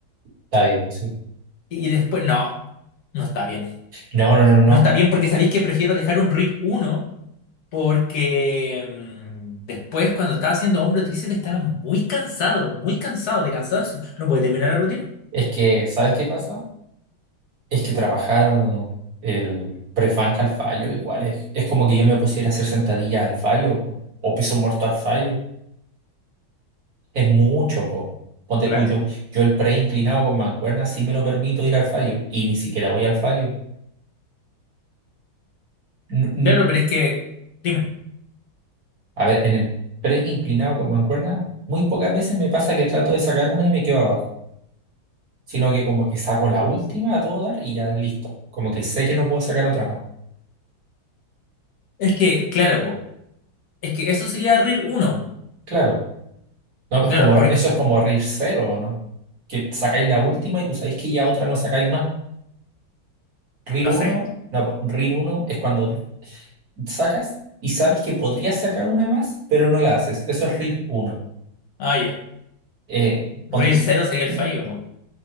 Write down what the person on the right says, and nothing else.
Está bien, sí.
No, no, no, no.
Es que, ¿sabes qué pasa? Es que trabajar el press banca al fallo igual es, es como que yo me pusiera a hacer sentadillas al fallo po, o peso muerto al fallo. Es mucho, po. Ponte
tú, yo, yo el pre inclinado con mancuerna sí me lo permito ir al fallo y ni siquiera voy al fallo. N- n-
n-
A ver, en el pre inclinado con mancuerna muy pocas veces me pasa que trato de sacar una y me quedo abajo, sino que como que saco la última a todo dar y ya listo. Como que sé que no puedo sacar otra más.
Claro. No, pues
como
eso es como RIR cero ¿o ¿no? Que sacáis la última y tú sabéis que ya otra no sacáis más. RIR
uno no, po, RIR uno es cuando sacas y sabes que podrías sacar una más, pero no la haces. Eso es RIR uno
Eh, ponte
tú.
<clears throat>